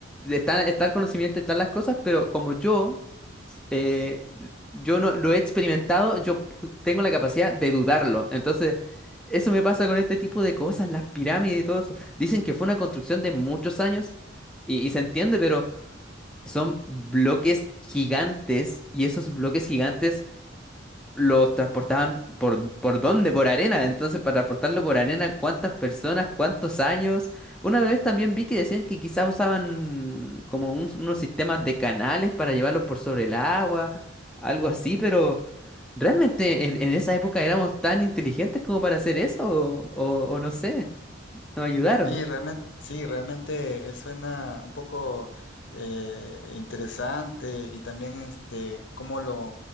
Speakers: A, in the centre; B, on the left.
A: está, está el conocimiento, están las cosas, pero como yo, eh, yo no lo he experimentado, yo p- tengo la capacidad de dudarlo. Entonces, eso me pasa con este tipo de cosas, las pirámides y todo eso. Dicen que fue una construcción de muchos años y y se entiende, pero son bloques gigantes y esos bloques gigantes los transportaban por, ¿por dónde? Por arena. Entonces, para transportarlo por arena, ¿cuántas personas? ¿Cuántos años? Una vez también vi que decían que quizás usaban como un- unos sistemas de canales para llevarlos por sobre el agua, algo así, pero ¿realmente en, en esa época éramos tan inteligentes como para hacer eso? O, o- o no sé, nos ayudaron.
B: Sí, realmente, sí, realmente eh, suena un poco eh, interesante y también este cómo lo